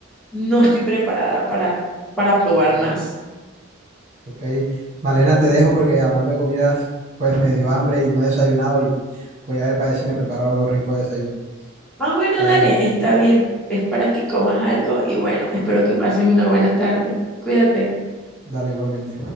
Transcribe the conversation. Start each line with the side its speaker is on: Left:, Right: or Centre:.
Centre: no estoy preparada para, para probar más.
Right: ¿ok? Malena, te dejo porque hablando de comidas, pues me dio hambre y no he desayunado y voy a ver para ver si me preparo algo rico de desayuno.
Centre: Ah, bueno,
Right: Te
Centre: dale,
Right: dejo,
Centre: está bien. Es para que comas algo y bueno, espero que pases una buena tarde. Cuídate.
Right: dale igualmente.